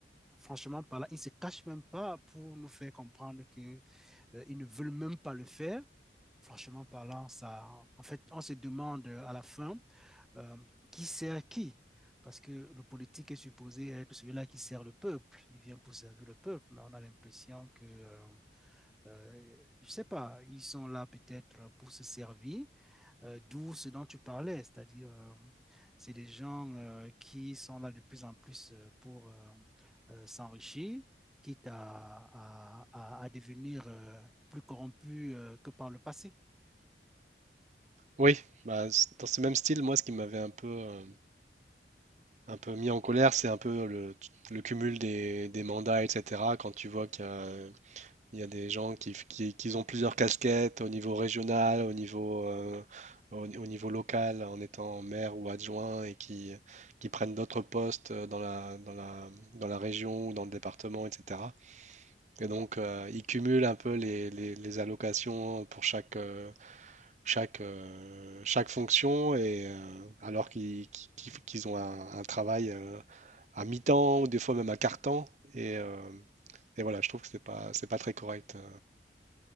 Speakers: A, in the centre; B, on the right.
A: franchement, par là, ils ne se cachent même pas pour nous faire comprendre qu'ils ne veulent même pas le faire franchement parlant, ça, en fait, on se demande à la fin euh, qui sert qui. Parce que le politique est supposé être celui-là qui sert le peuple. Il vient pour servir le peuple, mais on a l'impression que, euh, euh, je ne sais pas, ils sont là peut-être pour se servir, euh, d'où ce dont tu parlais, c'est-à-dire, euh, c'est des gens euh, qui sont là de plus en plus euh, pour euh, euh, s'enrichir, quitte à, à, à, à devenir euh, plus corrompus euh, que par le passé.
B: oui. Bah, c- dans ce même style, moi, ce qui m'avait un peu, euh, un peu mis en colère, c'est un peu le, le cumul des, des mandats, etc. Quand tu vois qu'il y a Il y a des gens qui, f- qui, qui ont plusieurs casquettes au niveau régional, au niveau, euh, au, au niveau local, en étant maire ou adjoint, et qui, qui prennent d'autres postes euh, dans la, dans la, dans la région ou dans le département, etc. Et donc, euh, ils cumulent un peu les, les- les allocations pour chaque, euh, chaque, euh, chaque fonction, et, euh, alors qu'ils qu'ils- qu'ils ont un, un travail euh, à mi-temps ou des fois même à quart-temps. Et, euh, et voilà, je trouve que c'est pas, c'est pas très correct, euh,